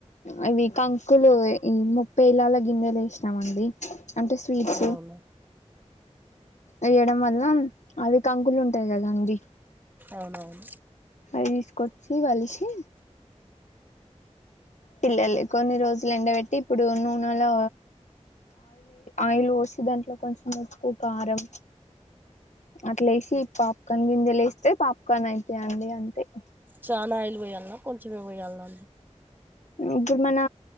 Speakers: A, on the left; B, on the right.
A: అవి కంకులు ఇంకా పెళల జోన్నలు వేసినామండి అంటే స్వీట్స్
B: అవునా
A: వేయడం వల్ల అవి కంకులు ఉంటాయి కదా అండి
B: మ్మ్ హ్హ్
A: అవితీసుకొచ్చి వొలిచి పిల్లలకు కొన్ని రోజులు ఎండబెట్టి ఇప్పుడు నూనెలో ఆయిల్ పోసి దాంట్లో కొంచెం ఉప్పు, కారం అట్లేసి పాప్కన్ గింజలు వేస్తే పాప్కార్న్ అయితాయండి అంతే
B: చాలా ఆయిలు పోయ్యాల కొంచెమే పోయ్యాల్నా
A: ఇప్పుడు మన